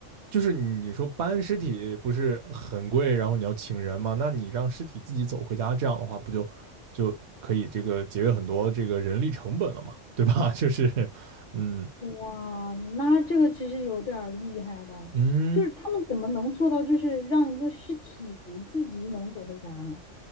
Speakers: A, on the right; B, on the left.
A: 就是你说搬尸体不是很贵，然后你要请人嘛，那你让尸体自己走回家，这样的话不就就可以这个节约很多这个人力成本了嘛，对吧？<laughs> 就是，嗯
B: 哇，那这个其实有点儿厉害的，
A: 嗯。
B: 就是他们怎么能做到，就是让一个尸体自己能走回家呢？